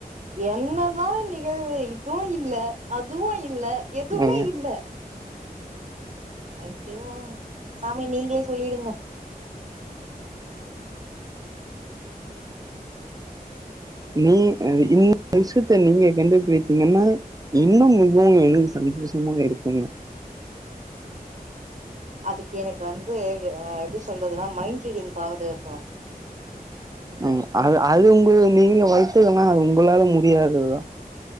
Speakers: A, on the right; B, on the right.
A: என்னதா நிகழ்வு இதுவு இல்ல அதுவு இல்ல எதுமே
B: ஏங்க
A: இல்ல ஐயோ சாமி நீங்களே சொல்லிடுங்க
B: நீ நீ இந்த விஷயத்த நீங்க கண்டுபிடித்தீங்கன்னா இன்னு மிகவு எனக்கு சந்தோஷமா இருக்குங்க
A: அதுக்கு எனக்கு வந்து எப்டி சொல்றதுன்னா மைண்ட் ரீடிங் பவர் இருக்கணு
B: ம் அது அது உங்க நீங்க வலிச்சதுனா அது உங்களால முடியாததுதா